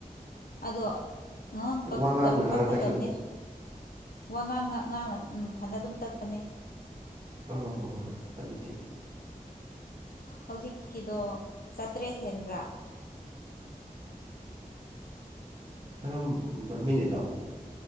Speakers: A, on the left; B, on the right.
A: ꯑꯗꯣ ꯀꯛ
B: ꯋꯥ ꯉꯥꯡꯅ ꯉꯥꯡꯅ
A: ꯀꯛꯈꯠꯇꯕꯅꯦ
B: ꯇꯥꯛꯈꯤꯕꯗꯨ
A: ꯋꯥ ꯉꯥꯡ ꯉꯥꯡꯅ ꯐꯅ ꯑꯗꯨꯝ ꯇꯠꯄꯅꯦ
B: ꯑ ꯍꯣꯏ ꯍꯣꯏ ꯑꯗꯨꯗꯤ
A: ꯍꯧꯖꯤꯛꯀꯤꯗꯣ ꯆꯥꯇ꯭ꯔꯦꯠ ꯍꯦꯟꯕ꯭ꯔꯥ
B: ꯀꯔꯝꯕ ꯃꯤꯅꯤꯠ ꯂꯣ